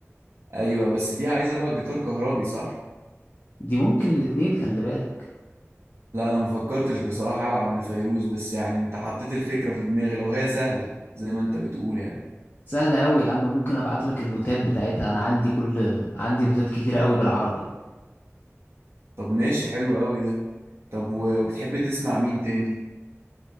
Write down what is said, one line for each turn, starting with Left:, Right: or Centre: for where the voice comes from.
Right: ايوه بس دي عايزة بقى جيتار كهربي صح
Left: دي ممكن الاتنين خلي بالك
Right: لا انا ما فكرتش بصراحة العب لفيروز بس يعني انت حطيت الفكرة في دماغي لو هي سهلة زي ما انت بتقول يعني
Left: سهلة أوي يا عم ممكن أبعت لك النوتات بتاعتها أنا عندي كل عندي نوتات كتيرة أوي بالعربي
Right: طب ماشي حلو قوي ده طب و- وبتحب تسمع مين تاني